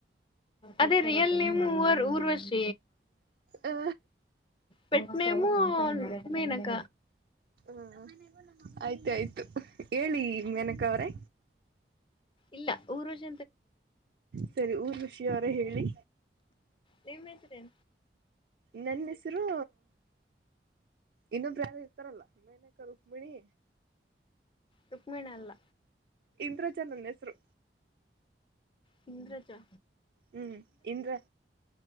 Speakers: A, on the left (about 30°); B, on the right (about 55°).
A: ಅದೇ ರಿಯಲ್ ನೇಮ್ ಊರ್ವಷ್ಟ
B: ಆ
A: ಪಟ್ಟನಮು ಮೇನಕ
B: ಹ ಆಯ್ತ ಆಯ್ತು ಹೇಳಿ ಮೆನಕ ಅವ್ರೆ
A: ಇಲ್ಲ ಊರು ಜ
B: ಸರಿ ಊರ್ ವರ್ಷಿ ಅವರೇ ಹೇಳಿ
A: ನಿಮ್ಸ್ರೇನ್
B: ನನ್ನ ಹೆಸರು ಇನ್ನೊಬ್ರ ಯಾರ ಇರ್ತಾರಲ್ಲ ಮೇನಕ ರುಕ್ಮಿಣಿ
A: ರುಕ್ಮಿಣ ಅಲ್ಲ
B: ಇಂದ್ರಜ ನನ್ನ ಹೆಸರು
A: ಹಿಂದ್ರಜಾ
B: ಹ್ಮ್ ಇಂದ್ರ